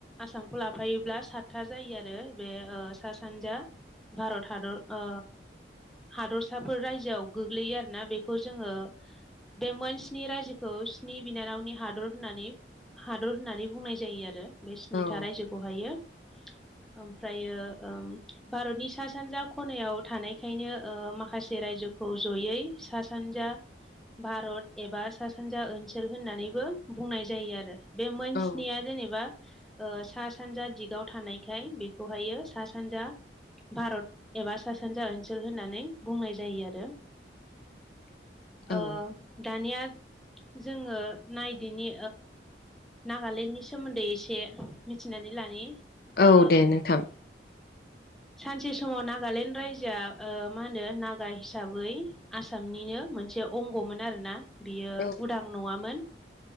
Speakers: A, in the centre; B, on the left.
A: आसामखौ लाफायोब्ला सातथा जायो आरो बे सानजा भारत हादर ओ हादरसाफोर रायजोआव गोग्लैयो आरोना बेखौ जोङो बे मोनस्नि रायजोखौ बिनि बिनानावनि हादर होननानै हादर होननानै बुंनाय जायो आरो बे स्निथा
B: औ
A: रायजोखौहायो
B: <inaudible>
A: ओमफ्रायो ओ भारतनि सा सानजा खनायाव थानायखायनो माखासे राय जोखौ जयै सा सानजा भारत एबा सा सानजा ओनसोल होननानैबो बुंनाय जायो आरो बे मोन
B: औ
A: स्निया जेनेबा ओ सा सानजा दिगाव थानायखाय बेखौहायो सा सानजा भारत एबा सा सानजा ओनसोल होननानै बुंनाय जायो आरो
B: <inaudible> औ
A: ओ दानिया जोङो नायदिनि नागालेण्डनि सोमोन्दै एसे मिथिनानै लानि
B: औ
A: ओ
B: दे नोंथां
A: सानसे समाव नागालेण्ड रायजोआ मा होनदो ओ नागा हिसाबै आसामनिनो मोनो मोनसे अंग'मोन आरोना बियो
B: औ
A: उदां नङामोन